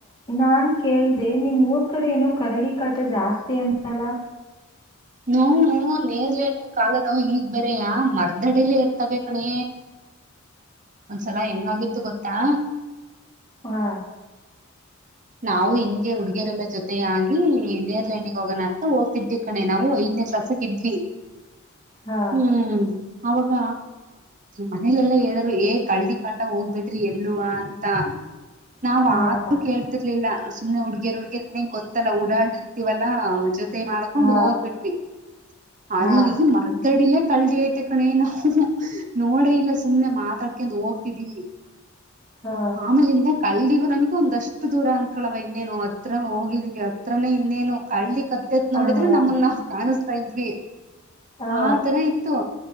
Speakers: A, on the left (about 20°); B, on the right (about 35°).
A: ನಾನ್ ಕೇಳ್ದ ನಿಮ್ ಊರ್ ಕಡೆ ಏನೋ ಕರಡಿ ಕಾಟ ಜಾಸ್ತಿ ಅಂತಲ್ಲ.
B: ಹು ಹೂ ನೆರ್ಲೆಹಣ್ಣಿನ್ ಕಾಲನಾ ಈಗ್ ಬೇರೆಯ ಮರ್ದಡಲಿ ಇರ್ತವೆ ಕಣೆ, ಒಂದ್ಸಲ ಹೆಂಗಾಗಿತ್ತು ಗೊತ್ತಾ
A: ಹಾ.
B: ನಾವು ಹಿಂಗೆ ಹುಡ್ಗಿಯರೆಲ್ಲ ಜೊತ ಆಗಿ ನೆರ್ಲೆ ಹಣ್ಣಿಗೆ ಹೋಗೋಣ ಅಂತ ಹೋಗ್ತಿದ್ದಿ ಕಣೆ ನಾಮಗ್ ಐದನೇ ಕ್ಲಾಸಲ್ಲಿ ಇದ್ವಿ.
A: ಹಾ
B: ಹ್ಮ್. ಅವಾಗ ಮನೇಲೆೆಲ್ಲ ಹೇಳರು, ಏ ಕರಡಿ ಕಾಟ ಹೋಗಬೇಡ್ರಿ ಎಲ್ಲವಾ ಅಂತ. ನಾವ್
A: ಹಾ
B: ಮಾತು
A: ಹಾ
B: ಕೇಳ್ತಿರ್ಲಿಲ್ಲ. ಸುಮ್ಮನೆ ಹುಡ್ಗೇ ಹುಡ್ಗೇರ್ ಇನ್ನೇಂಗ ಗೊತ್ತಲ್ಲ ಓಡಾಡ್ರ್ತಿವಲ್ಲಾ ಜೊ ತೆ ಮಾಡ್ಕೊಂಡು
A: ಹಾ
B: ಹೋಗ್ಬಿಟ್ ಟ್ವಿ ಅಲ್ಲಿ
A: ಹಾ
B: ಮರ್ಡಡಿಲೇ ಕಲ್ಡಿ ಐತೆ ಕಣೆ ನಾವು ನೋಡ ಇಲ್ಲ ಸುಮ್ನೆ ಮಾತಾಡ್ಕೊಂಡ್ ಹೋಗ್ತಿದ್ದೀವಿ.
A: ಹಾ
B: ಆಮೇಲಿಂದ ಕಳ್ದಿ ನಮಿಗೊಂದಷ್ಟು ದೂರ ಅನ್ಕಳವ ಇನ್ನೇನು ಹತ್ರ ಹೋಗಿದೀವಿ ಹತ್ರನೇ ಇನ್ನೇನು ಕಳ್ಳಿ ಕತ್ತೆತ್
A: ಹಾ
B: ನೋಡಿದ್ರೆ ನಮ್ಮನ್ನ ಅನಿಸ್ತಾ ಇದ್ವಿ.
A: ಹಾ
B: ಆ ತರ ಇತ್ತು